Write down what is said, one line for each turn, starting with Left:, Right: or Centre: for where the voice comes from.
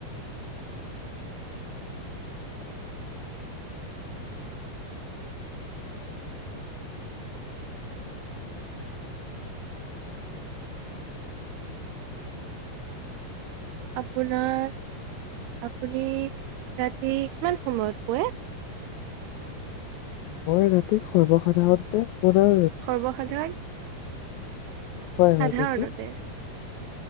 Right: আপোনাৰ, আপুনি ৰাতি কিমান সময়ত শুৱে?
Left: মই ৰাতি সৰ্বসাধাৰণতে আপোনাৰ
Right: সৰ্বসাধাৰণ।
Left: হয়
Right: সাধাৰণতে।
Left: হয় কওকচোন,